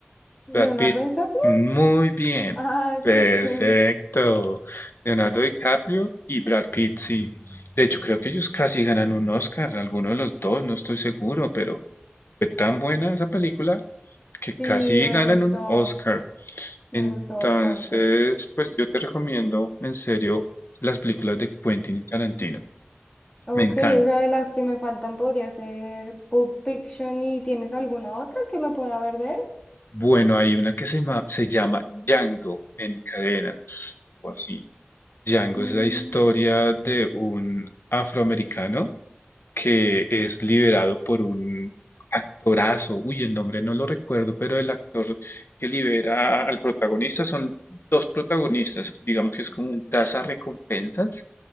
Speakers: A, on the left (about 20°); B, on the left (about 60°).
A: Leonardo
B: Brad Pitt,
A: DiCaprio.
B: muy bien,
A: Ah,
B: perfecto.
A: sí. <laughs>
B: Leonardo DiCaprio y Brad Pitt, sí. De hecho, creo que ellos casi ganan un Oscar, alguno de los dos, no estoy seguro, pero fue tan buena esa película que
A: Sí,
B: casi
A: me
B: ganan
A: gustó,
B: un Oscar.
A: me
B: Entonces,
A: gustó bastante.
B: pues yo te recomiendo en serio las películas de Quentin Tarantino.
A: Ok,
B: Me encanta.
A: o sea, de las que me faltan podría ser Pulp Fiction y ¿tienes alguna otra que me pueda ver de él?
B: Bueno, hay una que se, ma- se llama Django en cadenas, algo así. Django
A: Mm,
B: es la historia de un afroamericano que es liberado por un actorazo. Uy, el nombre no lo recuerdo, pero el actor que libera al protagonista son dos protagonistas. Digamos que es como un recompensas